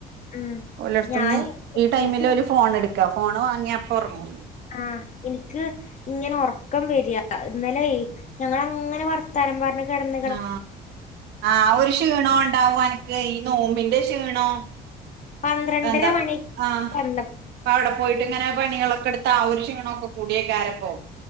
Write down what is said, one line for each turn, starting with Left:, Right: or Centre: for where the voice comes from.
Left: ഉം
Right: ഓലെട്ത്ത്‌ന്ന്
Left: ഞാന്
Right: ഈ ടൈമിലൊരു
Left: എനിക്ക്
Right: ഫോണെട്ക്കാ ഫോണ് വാങ്യാ അപ്പൊർങ്ങും
Left: ആ ഇൻക്ക്ങ്ങനെ ഒർക്കം വെരാ ഇന്നലെ ഞങ്ങളങ്ങനെ വർ ത്താനം പർഞ് കെട്ന്ന
Right: ആ ആ ഒരു ക്ഷീണോണ്ടാവും അൻക്കെ ഈ നോമ്പിന്റെ ക്ഷീണോ
Left: പന്ത്രണ്ടര
Right: എന്താ
Left: മണി
Right: ആ
Left: വന്നപ്പക്കാണെങ്കി
Right: പ്പവടെ പോയിട്ട് ങ്ങനെ പണിയാളൊക്കെട്ത്ത്‌ ആ ഒര് ശീണോക്കെക്കൂടിയെക്കാരപ്പോ